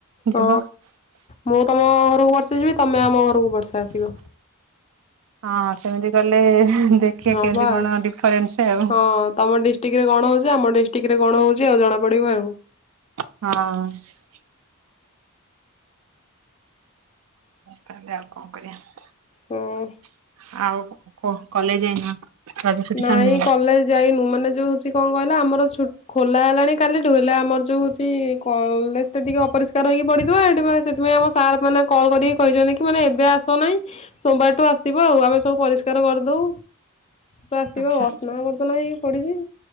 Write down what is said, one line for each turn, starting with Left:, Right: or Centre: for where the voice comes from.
Right: ଯିବ
Left: ହଁ ମୁଁ ତମ ଘରକୁ ବର୍ଷେ ଯିବି ତମେ ଆମ ଘରକୁ ବର୍ଷେ ଆସିବ
Right: ହଁ ସେମିତି କଲେ ଦେଖିବା
Left: ହବ
Right: କେମିତି
Left: ଆଉ।
Right: କଣ ଡିଫରେନ୍ସ ଆଉ
Left: ହଁ ତମ ଡି ଡ଼ିଷ୍ଟିକ୍ଟରେ କଣ ହଉଛି ଆମ ଡିଷ୍ଟିକ୍ଟରେ କଣହଉଛି ଆଉ ଜଣାପଡ଼ିବ ଆଉ
Right: ହଁ ତାହାଲେ ଆଉ କଣ କରିବା
Left: ହଁ।
Right: ଆଉ କଣ କ କଲେଜ ଯାଇନ ରଜ ଛୁଟି
Left: ନାଇଁ
Right: ସରିନି
Left: କଲେଜ ଯାଇନୁ ମାନେ ଯୋଉ ହଉଛି କଣ କହିଲ ଆମର ଛୁ ଖୋଲା ହେଲାଣି କାଲିଠୁ ହେଲେ ଆମର ଯୋଉ ହଉଛି କଲେଜଟା ଟିକେ ଅରିଷ୍କାର ହେଇକି ପଡିଥିବ ସେଥିପାଇଁ ସେଥିପାଇଁ ଆମ ସାର୍ ମାନେ କଲ୍ କରିକି କହିଛନ୍ତି କି ମାନେ ଏବେ ଆସ ନାହିଁ ସୋମବାରଠୁ ଆସିବ ଆଉ ଆମେ ସବୁ ପରିଷ୍କାର କରିଦବୁ ତ ଆସିବ
Right: ଆଚ୍ଛା
Left: ଅସନା ଫସନା ହେଇକି ପଡିଛି